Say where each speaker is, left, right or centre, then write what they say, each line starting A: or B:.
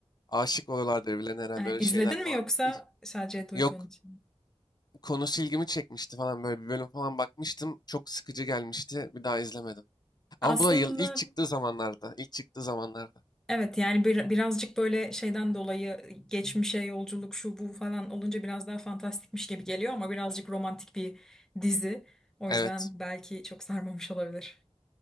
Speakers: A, on the left (about 40°); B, in the centre.
A: aşık oluyorlardı birbirlerine herhalde
B: E,
A: öyle
B: İzledin
A: şeyler
B: mi
A: falan.
B: yoksa sadece duyduğun
A: Yok
B: için? mi?
A: konusu ilgimi çekmişti falan böyle bir bölüm falan bakmıştım. Çok sıkıcı gelmişti. Bir daha izlemedim.
B: Aslında
A: Ama bu da yıl ilk çıktığı zamanlarda. ilk çıktığı zamanlarda.
B: evet yani bir, birazcık böyle şeyden dolayı geçmişe yolculuk şu bu falan olunca biraz daha fantastikmiş gibi geliyor ama birazcık romantik bir dizi. O
A: Evet.
B: yüzden belki çok sarmamış olabilir.